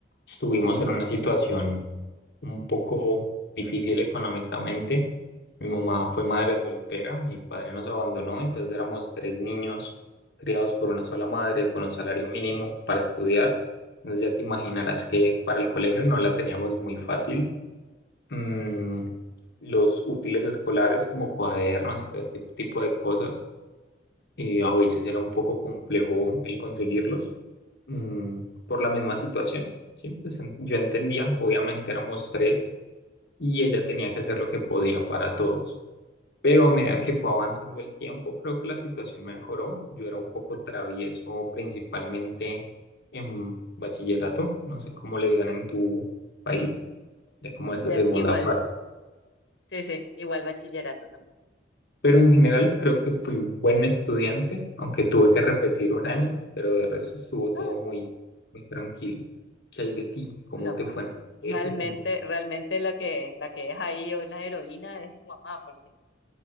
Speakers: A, on the left (about 60°); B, on the left (about 80°).
A: estuvimos en una situación un poco difícil económicamente. Mi mamá fue madre soltera, mi padre nos abandonó, entonces éramos tres niños criados por una sola madre con un salario mínimo para estudiar. Entonces ya te imaginarás que para el colegio no la teníamos muy fácil. Mm, los útiles escolares como cuadernos y todo ese tipo de cosas eh, a veces era un poco complejo el conseguirlos mm, por la misma situación, ¿sí? Pues en- yo entendía, obviamente éramos tres y ella tenía que hacer lo que podía para todos, pero a medida que fue avanzando el tiempo, creo que la situación mejoró. Yo era un poco travieso principalmente en bachillerato, no sé cómo le digan en tu país, es como esa
B: Bien,
A: segunda
B: igual,
A: parte.
B: sí, sí, igual bachillerato también.
A: Pero en general creo que fui buen estudiante, aunque tuve que repetir un año, pero de resto estuvo todo
B: Ah,
A: muy, muy tranquilo. ¿Qué hay de ti? ¿Cómo
B: Bueno,
A: te fue en el
B: realmente,
A: colegio? ¿Cómo-
B: realmente la que, la que es ahí hoy la heroína es tu mamá, porque